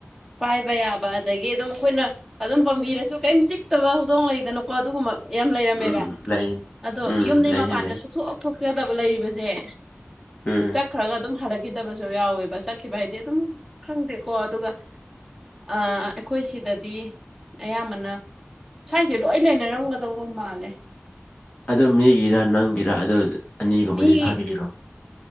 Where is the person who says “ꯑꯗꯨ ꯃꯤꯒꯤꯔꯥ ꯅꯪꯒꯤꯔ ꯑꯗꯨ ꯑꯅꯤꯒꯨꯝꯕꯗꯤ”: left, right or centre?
Left